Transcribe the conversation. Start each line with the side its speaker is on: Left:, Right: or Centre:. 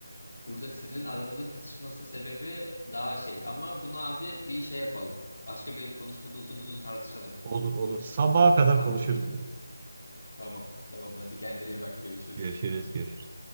Left: Burada sizin aranızın kısışması sebebi daha şey ama bunu abi bir şey yapalım. Başka bir konuşmada uzun uzun tartışalım
Right: Olur,
Left: bu
Right: olur. Sabaha kadar
Left: e, İstanbul
Right: konuşuruz
Left: Büyüklüğü.
Right: bunu.
Left: Tamam tamam hadi kendine iyi bak görüşürüz.
Right: Görüşürüz, görüşürüz.